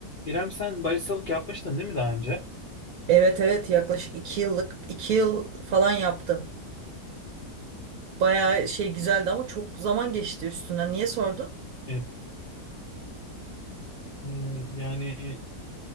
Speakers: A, on the left; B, on the right.
A: İrem sen baristalık yapmıştın değil mi daha önce?
B: Evet evet yaklaşık iki yıllık iki yıl falan yaptım. Bayağı şey güzeldi ama çok zaman geçti üstünden. Niye sordun?
A: E, e, yani